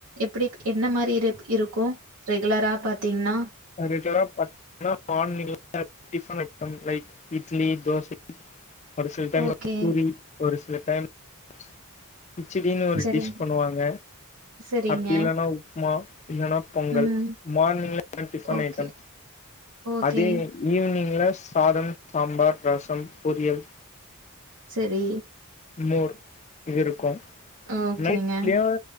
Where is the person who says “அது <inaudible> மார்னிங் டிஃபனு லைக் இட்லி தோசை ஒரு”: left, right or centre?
Left